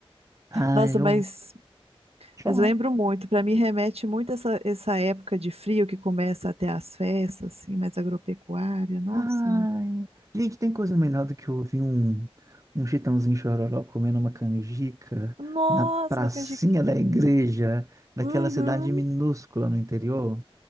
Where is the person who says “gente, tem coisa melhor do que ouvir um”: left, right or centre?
Right